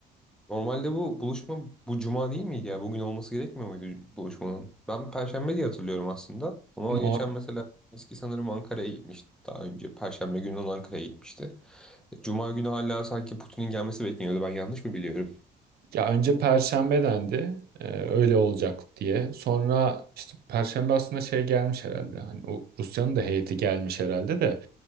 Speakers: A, in the centre; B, on the right.
A: Normalde bu buluşma bu cuma değil miydi ya? Bugün olması gerekmiyor muydu buluşmanın? Ben Perşembe diye hatırlıyorum aslında. Ama
B: No.
A: geçen mesela eski sanırım Ankara'ya gitmişti daha önce. Perşembe günü olan Ankara'ya gitmişti. E, Cuma günü hala sanki Putin'in gelmesi bekleniyordu. Ben yanlış mı biliyorum?
B: Ya önce Perşembe dendi. e, öyle olacak diye. Sonra işte Perşembe aslında şey gelmiş herhalde. Hani o Rusya'nın da heyeti gelmiş herhalde de.